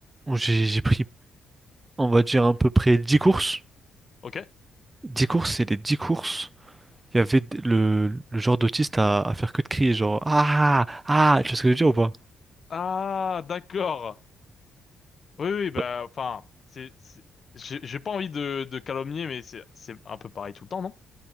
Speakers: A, on the right; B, on the left.
A: où j'ai j'ai pris, on va dire, à peu près 10 courses.
B: Ok.
A: dix courses, et les 10 courses, il y avait d- le, le genre d'autiste à, à faire que de crier, genre Ah! Ah! Tu vois ce que je veux dire ou pas?
B: Ah d'accord. Oui oui bah
A: Bah,
B: enfin c'est c'est- j'ai j'ai pas envie de de calomnier mais c'est c'est un peu pareil tout le temps non?